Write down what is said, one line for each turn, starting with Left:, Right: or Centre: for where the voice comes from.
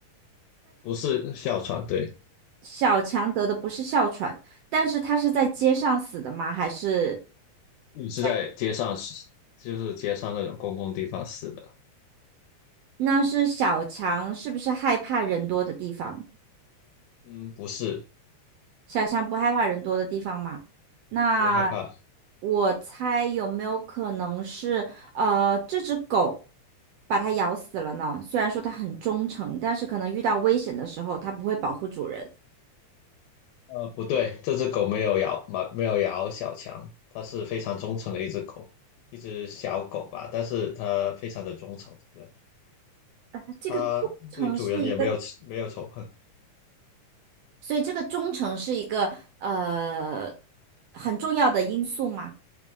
Left: 不是哮喘，对，
Right: 小强得的不是哮喘，但是他是在街上死的吗？还是
Left: 你是在街上死，
Right: 在，
Left: 就是街上那种公共地方死的，
Right: 那是小强是不是害怕人多的地方？
Left: 嗯，不是，
Right: 小强不害怕人多的地方嘛？那
Left: 不害怕，
Right: 我猜有没有可能是呃这只狗把它咬死了呢？虽然说它很忠诚，但是可能遇到危险的时候，它不会保护主人。
Left: 呃，不对，这只狗没有咬，没没有咬小强，它是非常忠诚的一只狗，一只小狗吧，但是它非常的忠诚，对。
Right: 呃，这个忠诚是一个，
Left: 他对主人也没有没有仇恨，
Right: 所以这个忠诚是一个呃很重要的因素嘛。